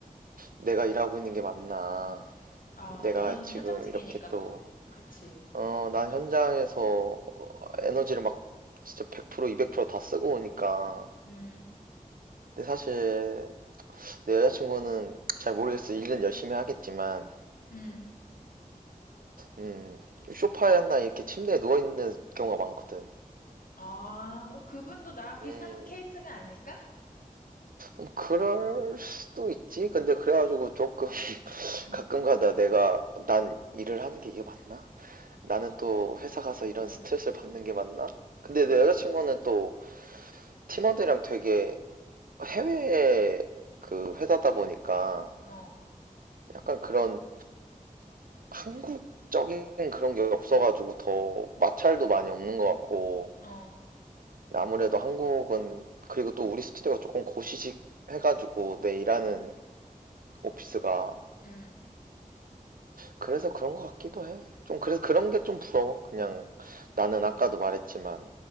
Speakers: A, on the right; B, on the left.
A: 내가 일하고 있는 게 맞나.
B: 아,
A: 내가
B: 너랑
A: 지금
B: 현장직이니까
A: 이렇게 또,
B: 또. 그치.
A: 어, 난 현장에서 에너지를 막 진짜 100%, 200%다 쓰고 오니까.
B: 음,
A: 근데 사실 내 여자친구는 잘 모르겠어. 일은 열심히 하겠지만,
B: 음.
A: 음, 소파에 나 이렇게 침대에 누워있는 경우가 많거든.
B: 아, 어, 그분도 나랑 비슷한
A: 음,
B: 케이스가 아닐까?
A: 음, 그럴 수도 있지. 근데 그래가지고 조금 <laughs>
B: 응.
A: 가끔가다 내가 난 일을 하는 게 이게 맞나? 나는 또
B: 어,
A: 회사 가서 이런 스트레스를 받는 게 맞나? 근데
B: 음.
A: 내 여자친구는 또 팀원들이랑 되게 해외 그 회사다 보니까
B: 어,
A: 약간 그런 한국적인 그런 게 없어가지고 더 마찰도 많이 없는 것 같고
B: 어,
A: 근데 아무래도 한국은 그리고 또 우리 스튜디오가 조금 고시식 해가지고 내 일하는 오피스가
B: 음.
A: 그래서 그런 것 같기도 해. 좀 그래서 그런 게 좀 부러워. 그냥 나는 아까도 말했지만